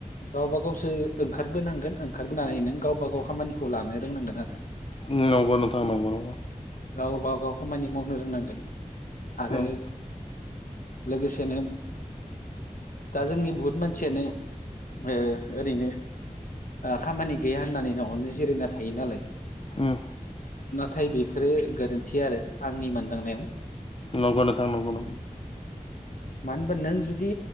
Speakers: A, on the left; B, on the left.
A: गावब गावसो ओंखारबोनांगोन ओंखारबोनानै नों गावबा गाव खामानिखौ लानो रोंनांगोन आरो
B: उम नंगौ नोंथां नंगौ नंगौ।
A: गावबागाव खामानि मावनो रोंनांगोन आरो
B: उम
A: लोगोसेनो दा जोंनि बुहुत मानसियानो ओ ओरैनो आ खामानि गैया होननानै न'आवनो जिरायना थायो नालाय
B: उम
A: नाथाय बेफोरो गोरोन्थि आरो आंनि मोनदांनायाव।
B: नंगौ नोंथां नंगौ नंगौ
A: मानो होनबा नों जुदि